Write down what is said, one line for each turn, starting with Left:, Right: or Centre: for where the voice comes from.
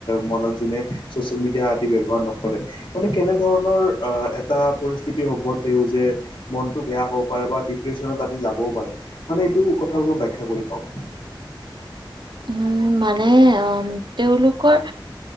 Left: মনত যোনে চচিয়েল মিডিয়া আদি ব্যৱহাৰ নকৰে। মানে কেনেধৰণৰ আহ এটা পৰিস্থিতি হ'ব তেওঁ যে মনটো বেয়া হ'ব পাৰে বা ডিপ্ৰেশচনত আদি যাবও পাৰে। মানে এইটো কথাৰ মই ব্যাখ্যা কৰি কম।
Right: উম মানে তেওঁলোকৰ